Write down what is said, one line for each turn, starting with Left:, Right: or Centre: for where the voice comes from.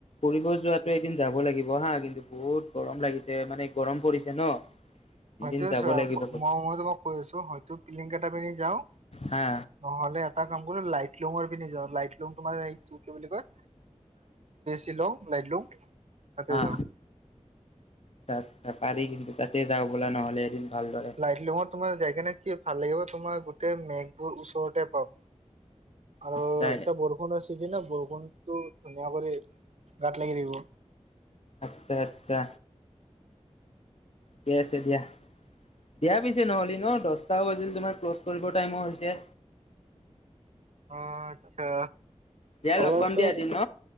Left: ফুৰিব যোৱাতো এদিন যাব লাগিব হা কিন্তু বহুত গৰম লাগিছে মানে গৰম পৰিছে ন
Right: হয়ত
Left: এদিন যাব
Right: চ
Left: লাগিব
Right: মই ম তোমাক কৈ আছো হয়তো পিলিং কেইটা পিনি যাও
Left: হা
Right: নহ'লে এটা কাম কৰি লাইট শ্বিলঙৰ পিনে যাও লাইট লুং তোমাৰ এইটো কি বুলি কয় শ্বিলং লাইট লুং তাতেই
Left: হা
Right: যাওঁ
Left: আচ্ছা আ্ছা পাৰি কিন্তু তাতে যাওঁ ব'লে নহ'লে এদিন ভালদৰে
Right: লাইট লিঙত তোমাৰ যাই কে নে কি ভাল লাগিব তোমাৰ গোতে মেঘবোৰ ওচৰতে পাম আৰু
Left: আচ্ছা
Right: এতিয়া বৰষুণ আছেতি ন বৰষুণতটো ধুনীয়া কৰি গাত লাগি থাকিব
Left: আচ্ছা আচ্ছা ঠিকে আছে দিয়া বেয়া পিছে নহ'লেি ন দহটাও বাজিল তোমাৰ ক্ল'জ কৰিব টাইমো হৈছে
Right: অ আচ্ছা
Left: দিয়া
Right: অলপ
Left: লগ পাম
Right: তো
Left: দিয়া এদিন ন